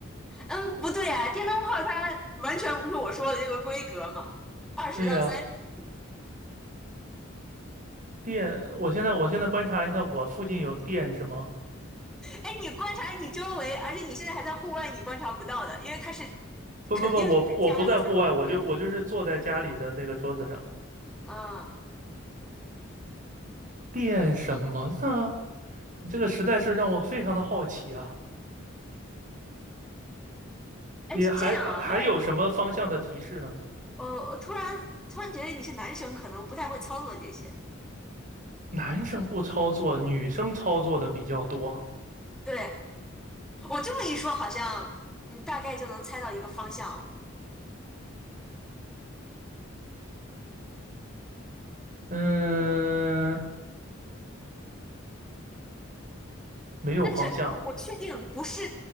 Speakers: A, in the centre; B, on the right.
A: 嗯，不对啊，电灯泡它完全不是我说的这个规格嘛，二十到三十米。
B: 对呀，电，我现在我现在观察一下，我附近有电是吗？
A: 哎，你观察你周围，而且你现在还在户外，你观察不到的，因为它是
B: 不不不，
A: 肯定是在家里才会出现的。
B: 我不我不在户外，我就我就是坐在家里的那个桌子上。
A: 嗯，
B: 电什么呢？你这个实在是让我非常的好奇啊！
A: 哎，
B: 你还呃还有什么方向的提示呢？
A: 是这样啊，因为呃，我突然突然觉得你是男生，可能不太会操作这些。
B: 男生不操作，女生操作的比较多。
A: 对，我这么一说，好像你大概就能猜到一个方向了。
B: 嗯，没有方向。
A: 但是我我确定不是